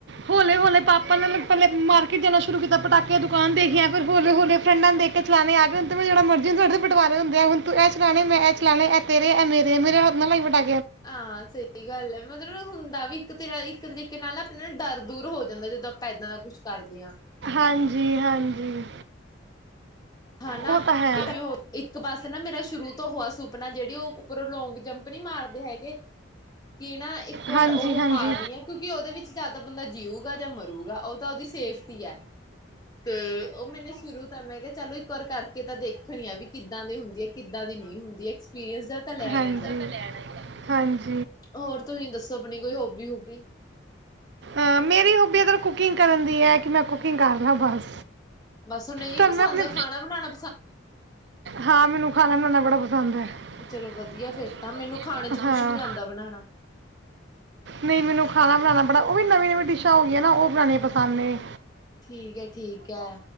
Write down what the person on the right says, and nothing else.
ਹੋਲੇ ਹਲੇ ਪਾਪਾ ਨੇ ਪਹਿਲੇ ਮਾਰਕੀਟ ਜਾਣਾ ਸ਼ੁਰੂ ਕੀਤਾ। ਪਟਾਕੇ ਦੀ ਦੁਕਾਨ ਦੇਖੀਆਂ, ਫਿਰ ਹਲੇ ਹੋਲੇ ਫਰੈਂਡਾਂ ਨੂੰ ਦੇਖ ਕੇ ਚਲਾਣੇ ਆ ਗਏ ਹੁਣ ਤਾਂ ਮੈਂ ਜੇੜੇ ਮਰਜ਼ੀ ਦੇ ਦੋ, ਬਟਵਾਰੇ ਹੁੰਦੇ ਏ, ਹੁਣ ਤੂੰ ਏ ਣੇ ਮੈ ਏ ਚਲਾਣੇ, ਏ ਤੇਰੇ, ਏ ਮੇਰੇ ਤੇ ਮੇਰੇ ਹਥ ਨਾ ਲਗਾਈ ਪਟਾ
ਹਾਂਜੀ ਹਾਂਜੀ।
ਉਹ ਤਾਂ ਹੈ
ਹਾਂਜੀ
ਤੇ ਹਾਂਜੀ
ਹਾਂਜੀ।
ਹਾਂਜੀ।
ਅਹ ਮੇਰੀ ਹੌਬੀ ਅਦਰ ਕੁਕਿੰਗ ਕਰਨ ਦੀ ਹੈ ਕਿ ਮੈਂ ਕੁਕਿੰਗ ਕਰ ਰਲਾ ਬਸ।
ਤੁਹਾਨੂੰ
ਮੈਂ ਆਪਣੇ
ਹਾਂ ਮੈਨੂੰ ਖਾਨਾ <unintelligible>
ਹਾਂ
ਨਹੀਂ ਮੈਨੂੰ ਖਾਨਾ ਬਨਾਨਾ ਣਾ ਉਹ ਵੀ ਨਵੀਂ ਨਵੀਂ ਡਿਸ਼ਾਂ ਹੋ ਗਈਆਂ ਨਾ ਉਹ ਬਨਾਨੀ ਪਸੰਦ ਨੇ।